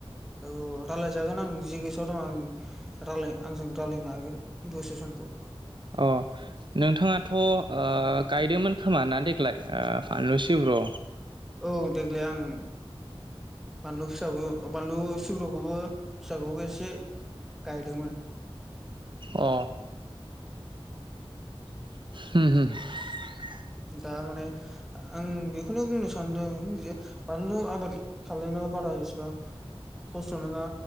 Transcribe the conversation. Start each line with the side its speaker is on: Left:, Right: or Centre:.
Centre: औ जागोन आं जि गोसोआव दं आं रायाय आंजों रायजलायनो हागोन दसे समखौ
Right: अ नोंथाङाथ'ओ गायदोंमोन खोमा ना देग्लाय फानलु सि ब्र'
Centre: औ देग्लाय आं बानलु फिसाबो बानलु सिब्र'खौबो फिसाखौबो एसे गायदोंमोन
Right: अ <unintelligible>
Centre: दा माने आं बेखौनो बुंनो सानदों जे बानलु आबाद खालामलनायाव बारा बेसेबां खस्थ' नङा